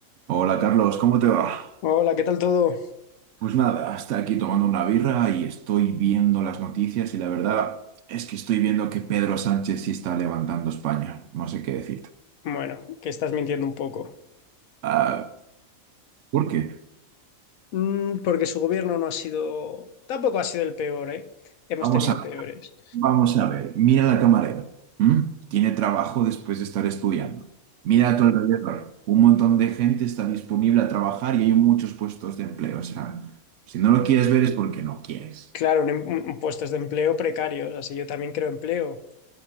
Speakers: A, on the right; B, on the left.
A: Hola Carlos, ¿cómo te va?
B: Hola, ¿qué tal todo?
A: Pues nada, hasta aquí tomando una birra y estoy viendo las noticias y la verdad es que estoy viendo que Pedro Sánchez sí está levantando España. No sé qué decirte.
B: Bueno, que estás mintiendo un poco.
A: Ah, ¿por qué?
B: Mm, porque su gobierno no ha sido, tampoco ha sido el peor, ¿eh? Hemos
A: Vamos
B: tenido
A: a,
B: peores.
A: vamos a ver. Mira la camarera. ¿m? Tiene trabajo después de estar estudiando. Mira a tu alrededor. Un montón de gente está disponible a trabajar y hay muchos puestos de empleo. O sea, si no lo quieres ver es porque no quieres.
B: Claro, en, en puestos de empleo precarios, así yo también creo empleo.